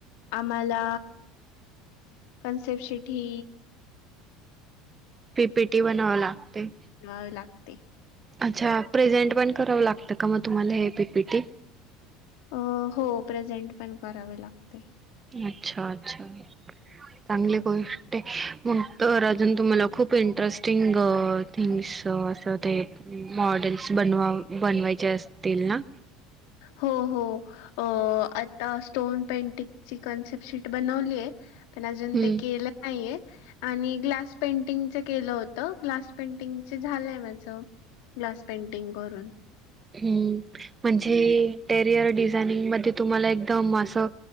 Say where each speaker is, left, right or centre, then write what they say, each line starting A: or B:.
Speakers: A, on the left; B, on the right.
A: आम्हाला कन्सेप्ट शिट ही
B: पी पी टी बनवयाला लागते.
A: हा. लागते.
B: अच्छा प्रेझेंट पण करावं लागतं का? मग तुम्हाला हे पी पी टी.
A: अ हो प्रेझेंट पण करावे लागते.
B: अच्छा! अच्छा! चांगली गोष्ट आहे. मग तर अजून तुम्हाला खूप इंटरेस्टिंग- थिंग्स असं ते मॉडेल्स बनवा बनवायचे असतील ना?
A: हो. हो. अ आता स्टोन पेंटिकची कन्सेप् शीट बनवलीय, पण अजून
B: हम्म
A: ते केलं नाहीये. आणि ग्लास पेंटिंगच केलं होतं ग्लास पेंटिंगच झालंय माझ. ग्लास पेंटिंग करून
B: हम्म म्हणजे टेरियर डिझायनिंग मध्ये तुम्हाला एकदम आसं